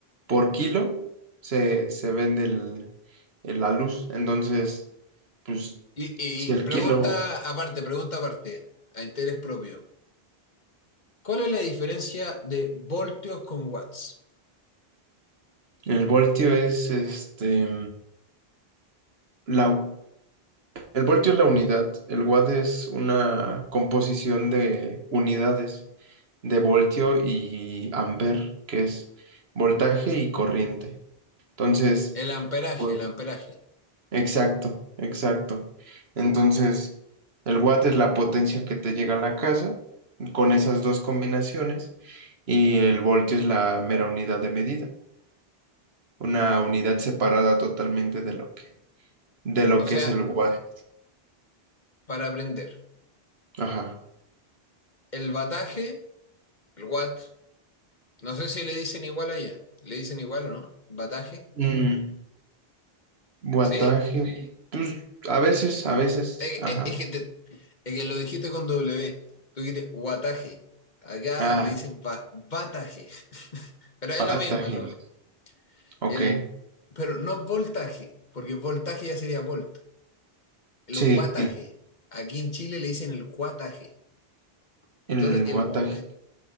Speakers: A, on the right; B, on the left.
A: por kilo se, se vende el- el- la luz. Entonces, pues,
B: Y, y
A: si
B: y
A: el
B: pregunta
A: kilo,
B: aparte, pregunta aparte, a interés propio. ¿Cuál es la diferencia de voltios con watts?
A: el voltio es este, la, el voltio es la unidad, el watt es una composición de unidades de voltio y amper, que es voltaje y corriente. Entonces,
B: El amperaje,
A: pues,
B: el amperaje.
A: Exacto, exacto. Entonces, el watt es la potencia que te llega a la casa con esas dos combinaciones y el voltio es la mera unidad de medida, una unidad separada totalmente de lo que, de lo
B: O
A: que
B: sea,
A: es el watt.
B: para aprender,
A: Ajá.
B: el bataje, el watt, No sé si le dicen igual allá. ¿Le dicen igual o no? ¿Bataje?
A: Mm, wattaje,
B: ¿Sí?
A: pues a veces, a veces,
B: Es,
A: ajá.
B: es- es que, te- es que lo dijiste con W. Tú dijiste guataje. Acá
A: Ah,
B: le dicen ba- bataje. <laughs> Pero es
A: wattaje,
B: lo mismo, es lo mismo.
A: ok.
B: El, pero no es voltaje, porque voltaje ya sería volt. El
A: Sí,
B: guataje. Aquí en Chile le dicen el guataje. Entonces,
A: el
B: el,
A: wattaje.
B: gu-